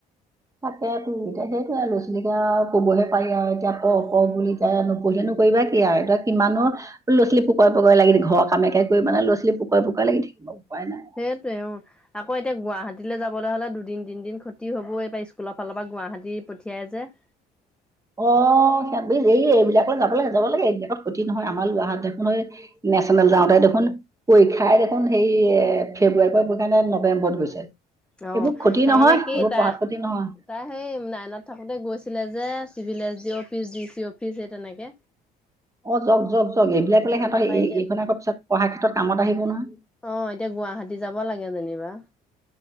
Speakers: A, on the right (about 20°); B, in the centre.
A: তাকে তো এতিয়া সেইটোৱে আৰু লৰা ছোৱালীক আৰু ক'বহে পাৰি আৰু এতিয়া প- প
B: উম,
A: বুলি এতিয়া আৰু নপঢ়িলে নু কৰিবা কি আৰু এয়া কিমাননো, লৰা ছোৱালী পুকৰে পকৰে লাগি ঘৰৰ কামকে কৰিবা নে লৰাো ছোৱালী পুকৰে লাগি থাকিবা উপাই নাই,
B: সেইটোৱে অ, আকৌ এতিয়া গুৱাহাটীলৈ যাবলৈ হলে দুদিন তিনদিন খতি হবই এইবাৰ স্কুলৰ ফালৰ পৰা গুৱাহাটী পঠিয়াই যে, <inaudible>
A: অ সিহঁ এই এইবিলাকলৈ যাব লাগে- যাব লাগে- এইবিলাকত ক্ষতি নহয় আমাৰ লৰাাহঁতে কো নেচ চেনেল যাওঁতে দেখোন পৰীক্ষাই দেখোন সেই এ ফেব্ৰুৱাৰী পৰা পৰীক্ষা নে নৱেম্বৰত হৈছে।
B: অ'
A: এইবোৰ ক্ষতি
B: তাৰমানে
A: নহয়, এইবোৰ
B: কি তাৰ
A: পঢ়াত ক্ষতি নহয়।
B: তাই সেই নাইনত থাকোঁতে গৈছিলে যে, চিভিল এছ ডি অ' অফিচ ডি চি অফিচ সেই তেনেকে
A: অঁ যওক যওক যওক এইবিলাকলে ইহঁতক
B: তাৰপা
A: হেৰি
B: এতিয়া
A: এইখন আকৌ পিছত পঢ়া ক্ষেত্ৰত কামত আহিব নহয়।
B: অঁ এতিয়া গুৱাহাটী যাব লাগে যেনিবা।